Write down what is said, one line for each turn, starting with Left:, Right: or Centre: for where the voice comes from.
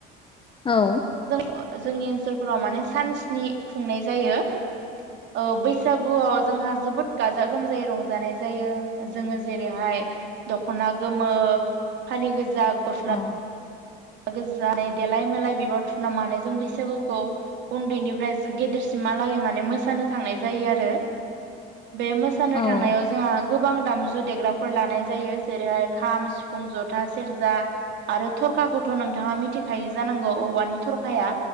Left: औ
Right: ओ जोंनि ओनसोलफोराव माने सानस्नि खुंनाय जायो ओ बैसागुआव जोंहा जोबोद गाजा गोमजायै रंजानाय जायो जोङो जेरैहाय दख'ना गोमो फालि गोजा गोजां गस्ला गोजा
Left: औ
Right: गोसो जानाय देलाय मालाय बिबार थुनाव मान जों बैसागुखौ उन्दैनिफ्राय गेदेरसिमहालागै माने मोसानो थांनाय जायो आरो बे मोसानो
Left: औ
Right: थांनायाव जोंहा गोबां दामजु देग्राफोर लानाय जायो जेरैहाय खाम सिफुं जथा सेरजा आरो थरखाखौ थ' नोंथाङा मिथिखायो जानांगौ औवानि थरखाया